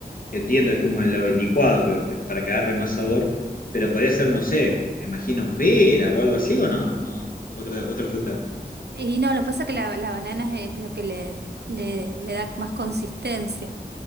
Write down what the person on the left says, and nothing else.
Entiendo, es como el, el licuado que, para que agarre más sabor. Pero podría ser, no sé, me imagino pera o algo así, ¿o no? No, otra, otra fruta.